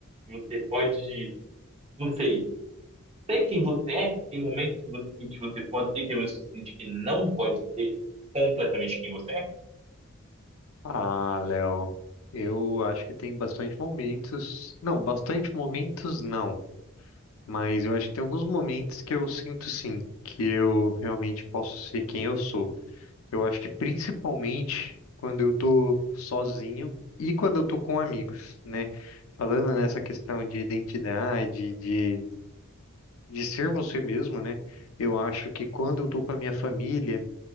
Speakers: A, on the right; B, on the left.
A: Que Você pode, não sei, ser quem você é? Tem momentos que você sente que você pode ser, tem momentos que você sente que não pode ser completamente quem você é?
B: Ah, Léo, eu acho que tem bastante momentos. Não, bastante momentos não, mas eu acho que tem alguns momentos que eu sinto sim, que eu realmente posso ser quem eu sou. Eu acho que principalmente quando eu tô sozinho e quando eu tô com amigos, né? Falando nessa questão de identidade, de, de ser você mesmo, né? Eu acho que quando eu tô com a minha família.